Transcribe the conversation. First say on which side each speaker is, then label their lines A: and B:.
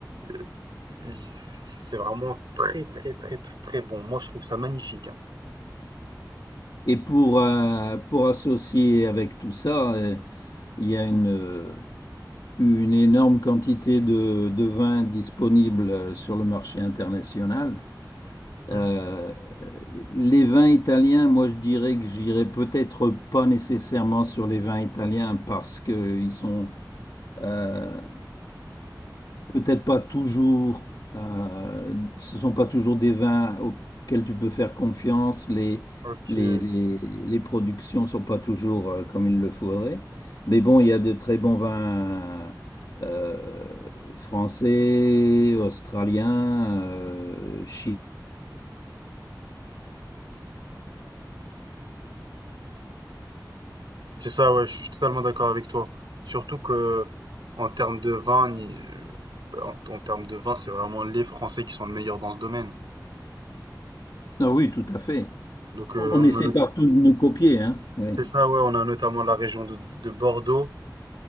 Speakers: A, on the right; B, on the left.
A: euh, c'est c'est vraiment très, très, très, très, très bon. Moi, je trouve ça magnifique. hein.
B: Et pour, euh, pour associer avec tout ça, euh, il y a une, euh, une énorme quantité de, de vins disponibles euh, sur le marché international.
A: Hmm.
B: Euh, les vins italiens, moi je dirais que j'irais peut-être pas nécessairement sur les vins italiens parce qu'ils sont euh, peut-être pas toujours, euh, ce sont pas toujours des vins auxquels tu peux faire confiance. Les,
A: Ok.
B: les, les, les productions sont pas toujours euh, comme il le faudrait. Mais bon, il y a de très bons vins euh, français, australiens, euh, chi-
A: C'est ça, ouais, je suis totalement d'accord avec toi. Surtout que en termes de vin, ni- euh, en, en termes de vin, c'est vraiment les Français qui sont le meilleur dans ce domaine.
B: Ah oui, tout à fait.
A: Donc euh,
B: On
A: on
B: essaie
A: a not-
B: partout de nous copier, hein. Oui,
A: c'est ça, ouais, on a notamment la région de, de Bordeaux